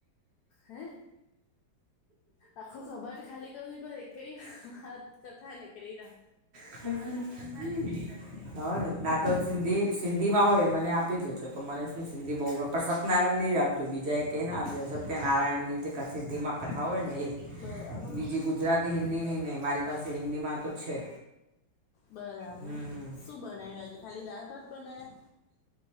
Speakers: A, on the left; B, on the right.
A: હે આખું કબાટ ખાલી કરી દ પ એ કેઈ વાત કથા નીકળ ના
B: કથા નીકળી ના હ ને ના તો સંધી સિંધીમાં હોય મને આપી જજો તો મને શું સિંધી બવ ગ પણ સત્નારાયણની જ આપજો બીજા એ કંઈ નાને આપજ સત્યનારાયણની જે સિદધીમાં કથા હોય ને એ
A: બરાબર
B: બીજી ગુજરાતી હિન્દીની ને મારી પાસે હિન્દીમાં તો છે.
A: બરાબર
B: હમ
A: શું બનાવ્યું આજે? ખાલી દાળ - ભાત બનાયા.